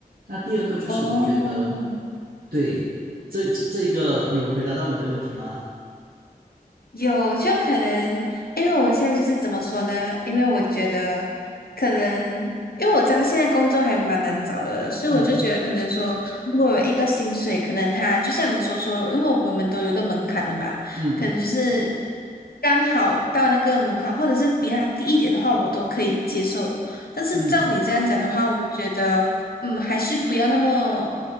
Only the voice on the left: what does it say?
哦，
有，就可能，因为我现在就是怎么说呢？因为我觉得可能，因为我知道现在工作还蛮难找的，所以我就觉得可能说，
如果有一个薪水，可能他就像你所说的因为我们都有一个门槛的嘛，
可能就是刚好到那个门槛，或者是比它低一点的话，我都可以接受。但是照你这样讲的话，
我觉得，嗯，还是不要那么。